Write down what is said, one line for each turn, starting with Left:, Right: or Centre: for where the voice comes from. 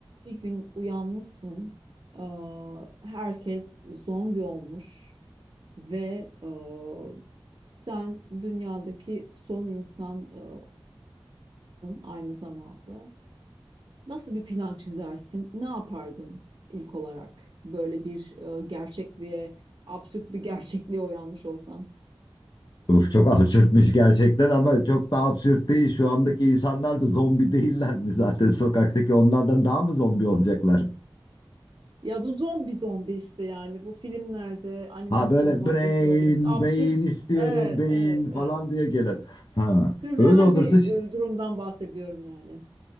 Right: Bir gün uyanmışsın, aa, herkes zombi olmuş ve aa, sen dünyadaki son insanmışsın aynı zamanda. Nasıl bir plan çizersin? Ne yapardın ilk olarak? Böyle bir aa, gerçekliğe, absürt bir gerçekliğe uyanmış olsan.
Left: Uf, çok absürtmüş gerçekten ama çok da absürt değil. Şu andaki insanlar da zombi değiller mi zaten sokaktaki onlardan daha mı zombi olacaklar?
Right: Ya bu zombi zombi işte yani bu filmlerde, animasyonlarda
Left: Ha böyle brain,
Right: gördüğümüz absürt.
Left: beyin istiyorum,
Right: Evet,
Left: beyin
Right: evet, evet.
Left: falan diye gelir. Ha
Right: Sürreal
Left: öyle olursa
Right: bir
Left: ş-
Right: e, durumdan bahsediyorum yani.